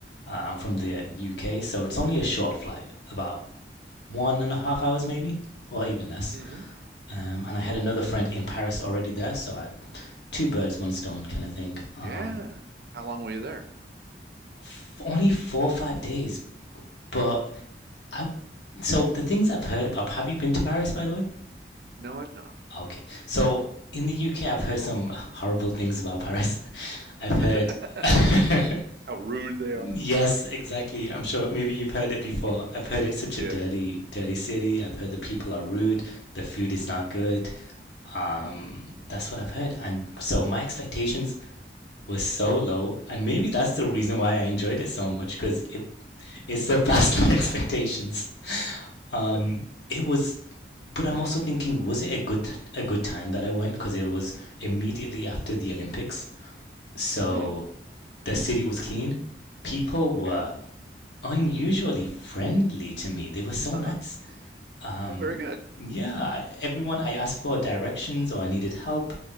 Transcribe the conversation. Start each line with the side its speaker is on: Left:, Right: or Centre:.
Left: Uh, I'm from the UK, so it's only a short flight, about one and a half hours maybe, or even less.
Right: hmm
Left: Um, and I
Right: Yeah.
Left: had another friend in Paris already there, so I, two birds, one stone kind of thing. Um,
Right: Yeah. How long were you there?
Left: f- only four or five days, but
Right: hmm
Left: I. So the things I've heard about. Have you been to Paris, by the way?
Right: No, I've not.
Left: Okay, so in the UK, I've heard some horrible things about Paris. I've heard
Right: <laughs>
Left: <laughs>
Right: How rude they are.
Left: Yes, exactly. I'm sure maybe you've heard it before. I've heard it's such
Right: Yes.
Left: a dirty, dirty city. I've heard the people are rude, the food is not good. Um,
Right: Hmm.
Left: that's what I've heard. And so my expectations were so low, and maybe that's the
Right: <laughs>
Left: reason why I enjoyed it so much because it, it surpassed <laughs> my expectations. Um,
Right: Hmm.
Left: it was, but I'm also thinking, was it a good a good time that I went? Because it was immediately after the Olympics, so
Right: Hmm.
Left: the city was clean. People were
Right: Yeah.
Left: unusually friendly to me. They were so
Right: Ah.
Left: nice. Um,
Right: Well, very good.
Left: yeah, I, everyone I asked for directions or I needed help,